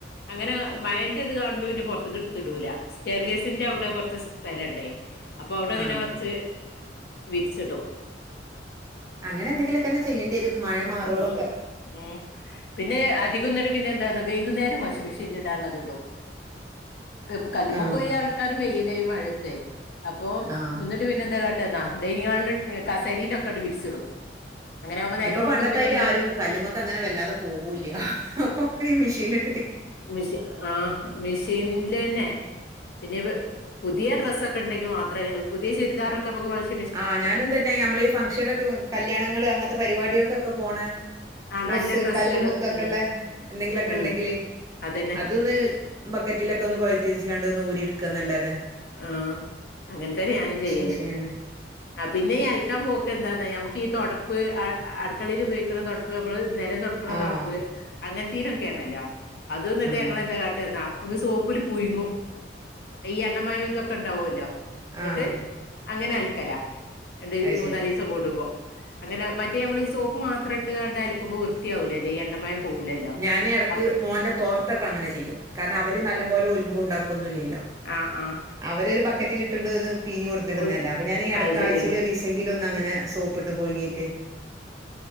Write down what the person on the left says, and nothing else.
അങ്ങനെ മയന്റെ ഇത് കാണുമ്പാെ പിന്നെ പാെർത്ത്ക്ക് ഇട്ത്ത് ഇടൂല സ്റ്റയർ ഗേസിന്റെ അവ്ടെ കൊറച്ച് സ്ഥലണ്ടേ അപ്പൊ അവെടെങ്ങനെ
കാെറച്ച് വിര്ച്ചിടും
ആ ഉം പിന്നെ അധികംന്ന്ട്ട് പിന്നെ എന്താന്നാ വൈക്ന്നേരം വാഷിംഗ് മിഷീൻല് ഇടാള്ളത് ഇടും കെബു കല്ല്മ്മകാേയി
ആൾക്കാരും വെയ്യല്ലെ ഈ മഴയത്തേ അപ്പൊ
ഒന്ന് ട്ട് പിന്നെന്താ കാട്ടാന്നാ ഡൈനിഹാൾ ല് ങ്ങ് കസേരീലൊക്കെ ഇണ്ട് വിരിച്ചിടും അങ്ങനെ ആകുമ്പോ നേരം
വെളുക്കുമ്പത്തേന്
ഒന്ന്
മിഷ് ആഹ് മെഷീൻലെന്നെ പിന്നെ പെ പുതിയ ഡ്രസ്സൊക്കെ ഇണ്ടെങ്കി മാത്രേ പുതിയ ചുരിദാറൊക്കെ ഇമ്മക്ക് വാഷ്
ആ
നല്ല ഡ്രസ്സുകള്
ഉം
ഉം
അതന്നെ
ആഹ് അങ്ങൻതന്നെ ഞാനും ചെയ്യല്
ആഹ് പിന്നെ ഈ അൽക്കാൻ പോക്ക് എന്താന്നാ ഞമക്ക് ഈ തൊടപ്പ് അ അട്ക്കളീല് ഉപയോഗിക്ക്ണ താെട് പ്പ് നമ്മള് നെരം തൊടക്കണ
തൊടപ്പ് അങ്ങനെ തീരൊക്കെയാണല്ലോ അത് ന്നിട്ട്
ഞങ്ങളെന്താ കാട്ട്ന്നാ ഒന്ന് സോപ്പില് പുയുങ്ങും ഈ എണ്ണമയം ഇതൊക്കെ ഉണ്ടാവല്ലോ എന്നിട്ട്
അങ്ങനെ അലക്കലാ രണ്ട്
മൂന്നല്
ദിവസം കൂടുമ്പോ അങ്ങനെ മറ്റേ നമ്മളീ സോപ്പ് മാത്രം ഇട്ട് കണ്ട അലക്കുമ്പോ വൃത്തിയാകൂല ഈ എണ്ണമയം പോവൂലല്ലോ
അ
ആഹ് ആഹ്
ഒ-
അത് ശരിയാണ്
ഉം